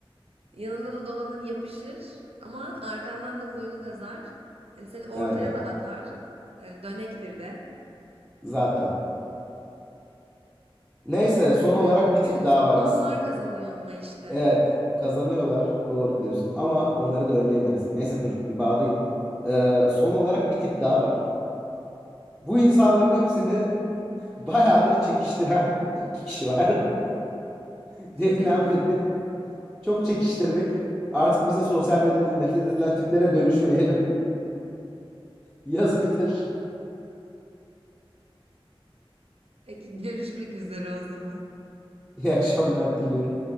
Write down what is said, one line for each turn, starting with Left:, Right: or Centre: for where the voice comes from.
Right: Yanında da dolanır yapışır ama arkandan da kuyunu kazar. Hani seni ortaya
Centre: Aynen.
Right: da atar. Yani dönektir de.
Centre: Zaten. Neyse son olarak
Right: Yani
Centre: bir
Right: günün
Centre: tip daha
Right: sonunda
Centre: var aslında.
Right: onlar kazanıyor ama işte.
Centre: Evet, kazanıyorlar. Doğru diyorsun. Ama onları da önleyebiliriz. Neyse dur bir bağlayayım. Ee, son olarak bir tip daha var. Bu insanların hepsini <laughs> bayağıdır çekiştiren iki kişi var. <laughs> Deminden
Right: <laughs>
Centre: beri çok çekiştirdik. Artık bize sosyal medyada
Right: Biz.
Centre: nefret edilen tiplere dönüşmeyelim. <laughs> Yazıktır.
Right: Peki görüşmek üzere o zaman.
Centre: İyi akşamlar diliyorum.